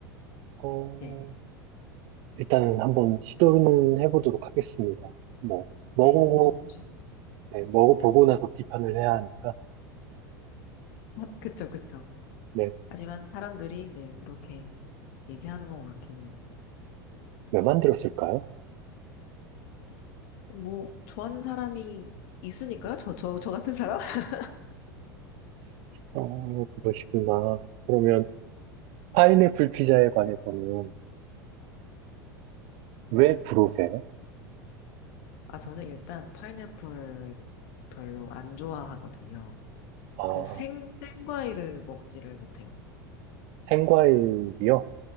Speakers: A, on the right; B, on the left.
A: 어,
B: 네,
A: 일단은 한번 시도는 해보도록 하겠습니다. 뭐, 먹어보고,
B: 네. 한번 보셔.
A: 네, 먹어보고 나서 비판을 해야 하니까.
B: <laughs> 그쵸, 그쵸.
A: 네.
B: 하지만 사람들이 네, 그렇게 얘기하는 것 같긴 해요.
A: 왜 만들었을까요?
B: 뭐, 좋아하는 사람이 있으니까요? 저, 저, 저 같은 사람? <laughs>
A: 어, 그러시구나. 그러면 파인애플 피자에 관해서는 왜 부르세요?
B: 아, 저는 일단 파인애플 별로 안 좋아하거든요.
A: 아,
B: 그 생, 생과일을 먹지를 못해요.
A: 생과일이요?